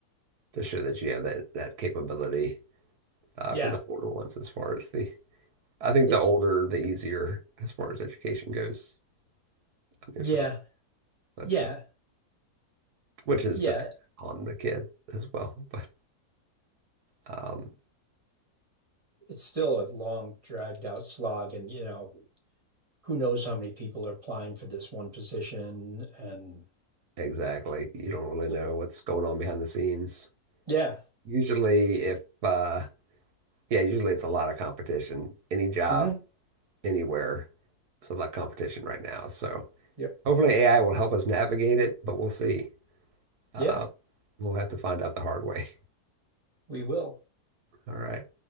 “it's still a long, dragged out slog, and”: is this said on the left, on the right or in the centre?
Right